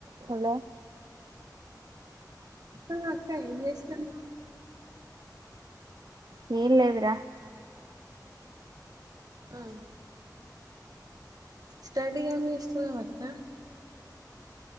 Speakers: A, on the right; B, on the right.
A: Hello
B: ఆ అక్క ఏం చేస్తాన్నవ్
A: ఏం లేదుర
B: ఆ స్టడీ ఏం చేస్తున్నవక్క?